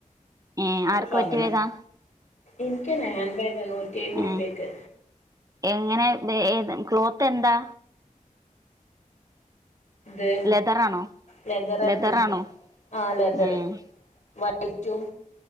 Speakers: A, on the right; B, on the left.
A: ഏഹ്
B: നല്ല
A: ആർക്ക്
B: സാധനം
A: പറ്റിയവേതാ
B: ഇൻക്ക് ഹാൻ ബാഗാ നൂറ്റിഴ്‌വഹ്
A: ഏഹ്
B: ർപ്യക്ക്
A: എങ്ങനെ തേ ഏത് ക്ലോത്ത് എന്താ
B: ത്
A: ലെതറാണോ
B: ലെതർന്നെ
A: ലെതറാണോ
B: ആഹ് ലതറ്
A: ഏഹ്
B: വ റ്റും